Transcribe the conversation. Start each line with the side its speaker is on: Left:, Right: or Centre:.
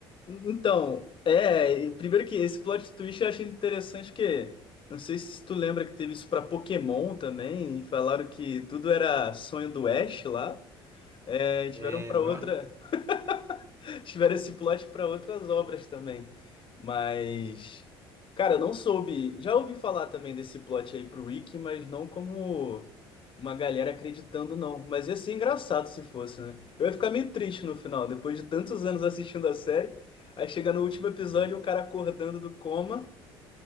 Left: Então, é. e Primeiro que esse plot twist eu achei interessante, porque não sei se tu lembra que teve isso pra Pokémon também. E falaram que tudo era sonho do Ash lá. É, e tiveram
Right: É,
Left: pra
Right: nossa.
Left: outra. <laughs> Tiveram esse plot para outras obras também. Mas, cara, eu não soube. Já ouvi falar também desse plot aí pro Wiki, mas não como uma galera acreditando, não. Mas ia ser engraçado se fosse, né? Eu ia ficar meio triste no final, depois de tantos anos assistindo a série. Aí chega no último episódio,
Right: E
Left: o cara acordando do coma.